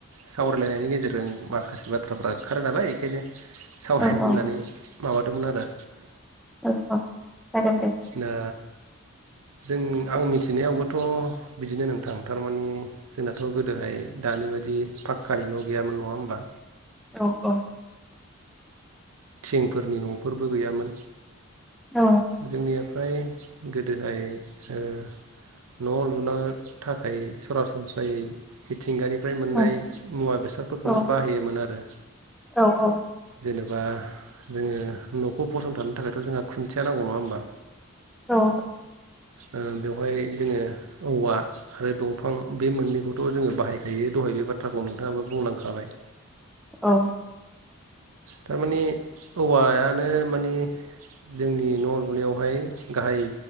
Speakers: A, on the right (about 85°); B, in the centre.
A: सावरायलायनायनि गेजेरजों माखासे बाथ्राफ्रा ओंखारो नालाय बेखायनो सावरायनो
B: औ औ
A: होननानै माबादोंमोन आरो।
B: औ औ जागोन दे।
A: दा जों आं मिथिनायावबोथ बिदिनो नोंथां थारमाने जोंनाथ गोदोहाय दानि बायदि फाखकानि न गैयामोन नङा होमबा?
B: औ औ
A: थिंफोरनि नफोरबो गैयामोन।
B: औ
A: जोंनिया फ्राय गोदोहाय ओ न लुनो थाखाय सरासनस्रायै मिथिंगानि फ्राय मोननाय
B: औ
A: मुवा बेसादफोरखौनो
B: औ
A: बाहायोमोन आरो।
B: औ औ
A: जेनेबा जोङो नखौ फसंथानो थाखायथ जोंहा खुन्थिया नांगौ नङा होमबा
B: औ
A: ओ बेवहाय जोङो औवा आरो दंफां बे मोननैखौथ जोङो बाहायखायो दहाय बे बाथ्राखौ नोंथाङाबो बुंलांखाबाय
B: औ
A: थारमानि औवायानो माने जोंनि न लुनायावहाय गाहाय